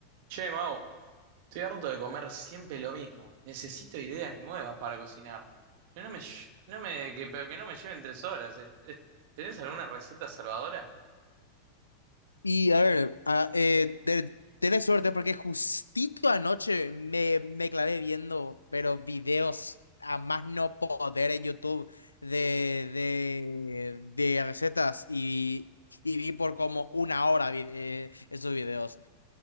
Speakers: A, on the right; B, on the left.
A: Che, Mau, estoy harto de comer siempre lo mismo. Necesito ideas nuevas para cocinar. Que no me, lle- no me, que, pero que no me lleven tres horas. Es- es- ¿Tenés alguna receta salvadora?
B: Y a ver, a- eh, te- tenés suerte porque justito anoche me, me clavé viendo, pero videos a más no poder en YouTube de, de, de recetas y, y vi por como una hora vi- eh, esos videos.